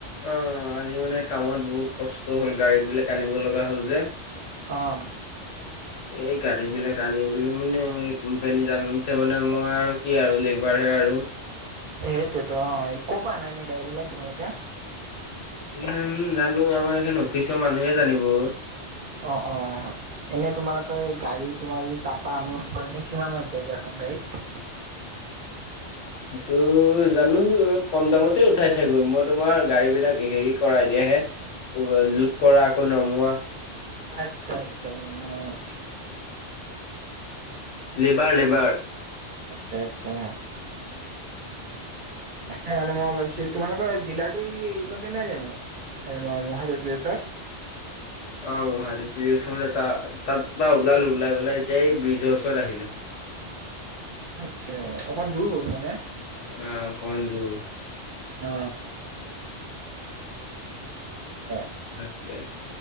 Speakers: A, on the left (about 85°); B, on the right (about 55°).
A: অ', আজি মানে কামত বহুত কষ্ট হ'ল গাড়ী বিলাক আনিব লগা হ'ল যে।
B: অ'।
A: এই গাড়ী বিলাক আনিবলৈ মানে এই কোম্পানীত আনোতে মানে মই আৰু কি আৰু লেবাৰহে আৰু।
B: সেইটোৱেতো অ', ক'ৰ পৰা অনা এনেই গাড়ী বিলাক তোমালোকে?
A: এইখন জানো আমাৰ এইখন অফিচৰ মানুহে জানিব অ'।
B: অ', অ'। এনে তোমালোকৰ গাড়ী তোমাৰ যদি তাৰপা আনো তোমাৰ এনে কিমান মান পৰিব এখন গাড়ীত?
A: সেইটো জানো কম দামতে উঠাই চাগৈ, মই তোমাৰ গাড়ী বিলাক হেৰি কৰাই দিয়াহে। লোট কৰা আকৌ নমোৱা।
B: আচ্ছা আচ্ছা অ'।
A: Labour labour.
B: আচ্ছা আচ্ছা। তাকে মানে মই ভাবিছোঁ, তোমালোকৰ ডিলাৰটো এইকনতে নাই জানো মুঢ়া তেঁতেলী ওচৰত?
A: অঁ মহাদিতিৰ ওচৰত এটা তাত পৰা ওলালো ওলাই পেলাই এতিয়া এই ব্ৰিজৰ ওচৰত আহিলোঁ।
B: আচ্ছা অকমান দূৰো মানে?
A: অঁ অকণমান দূৰ।
B: অঁ। এ
A: তাকে।